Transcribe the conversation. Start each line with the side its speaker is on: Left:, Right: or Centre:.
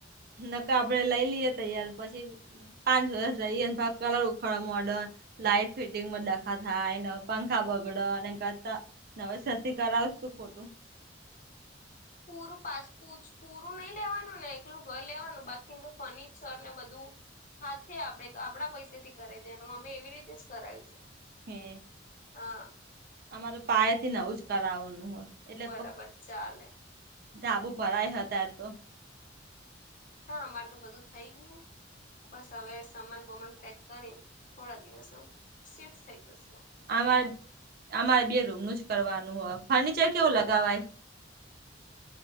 Right: નકર આપડે લઈ લઈએ તૈયાર પછી પાંચ વર્ષ લઈએ ને કલર ઉખાડ મોડન લાઈટ ફિટિંગ માં ડખા થાય પંખા બગડ ને એના કરતા નવેસરથી કરાવ શું ખોટું
Left: પૂરું પાચ પૂછ પૂરું નઈ લેવાનું ને એકલું ઘર લેવાનું બાકી અંદર ફર્નિચર ને બધું હાથે આપણે આપણા પૈસે થી કરાઈ દેવાનું અમે એવી રીતે જ કરાયું હતું
Right: હે
Left: હા
Right: અમારે પાયાથી નવું જ કરાવવાનું હ એટલે
Left: બરાબર ચાલે
Right: ધાબુ ભરાય હ અત્યારે તો
Left: હા અમારે તો બધું થઈ ગયું બસ હવે સમાન બમાન પેક કરીને થોડા દિવસમાં શિફ્ટ થઈ જશું
Right: અમારે અમારે બે રૂમનું જ કરવાનું હો ફર્નિચર કેવું લગાવાય